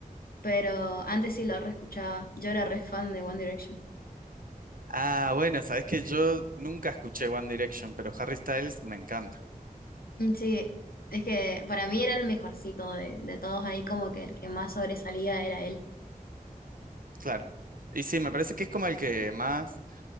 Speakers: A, on the left; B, on the right.
A: Pero antes sí lo reescuchaba. Yo era re fan de One Direction.
B: Ah, bueno, sabes que yo
A: <laughs>
B: nunca escuché One Direction, pero Harry Styles me encanta.
A: Mm, Sí, es que para mí era el mejorcito de, de todos ahí, como que el que más sobresalía era él.
B: Claro. Y sí, me parece que es como el que más